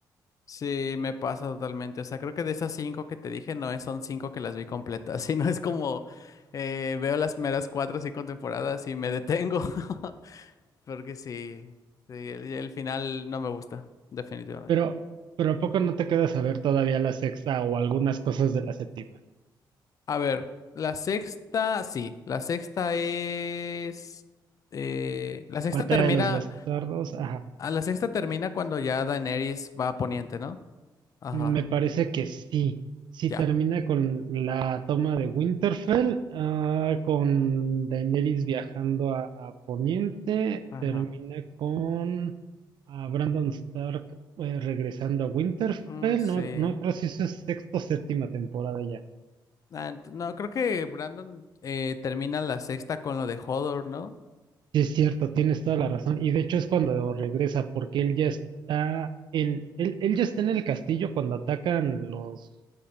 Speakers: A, on the left; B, on the right.
A: Sí, me pasa totalmente, o sea, creo que de esas cinco que te dije, no es, son cinco que las vi completas, <laughs> sino es como, eh, veo las meras cuatro o cinco temporadas y me detengo, <laughs> porque sí, sí, el el final no me gusta, definitivamente.
B: Pero, pero ¿a poco no te quedas a ver todavía la sexta o algunas cosas de la séptima?
A: A ver, la sexta, sí, la sexta es... eh, la sexta
B: Batalla
A: termina...
B: de los Bastardos, ajá
A: A la sexta termina cuando ya Daenerys va a Poniente, ¿no? Ajá,
B: Me parece que sí. Sí
A: ya.
B: termina con la toma de Winterfell, ah, con Daenerys viajando a, a Poniente,
A: Ajá.
B: termina con ah, Brandon Stark eh, regresando a Winterfell.
A: Mm, sí.
B: No, no creo si eso es sexta o séptima temporada ya.
A: Ah, ent- no, creo que Brandon eh, termina la sexta con lo de Hodor, ¿no?
B: Sí, es cierto, tienes toda la razón. Y de hecho es cuando regresa, porque él ya está en, él, él ya está en el castillo cuando atacan los...